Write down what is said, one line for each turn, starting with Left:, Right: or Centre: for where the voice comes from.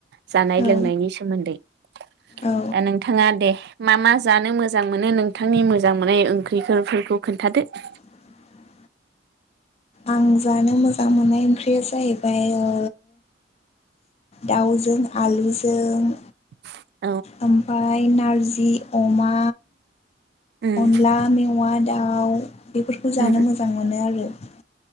Right: जानाय
Left: औ
Right: लोंनायनि सोमोन्दै द
Left: औ
Right: नोंथाङा दे मा मा जानो मोजां मोनो नोंथांनि मोजां मोननाय ओंख्रिफोरखौ खोन्थादो ।
Left: <inaudible> आं जानो मोजां मोननाय ओंख्रिया जाहैबाय ओ दाउजों आलुजों
Right: <inaudible>
Left: ओमफाय नारजि अमा,
Right: उम
Left: अनला मेव अमा दाउ बेफोरखौ जानो
Right: उम
Left: मोजां मोनो आरो ।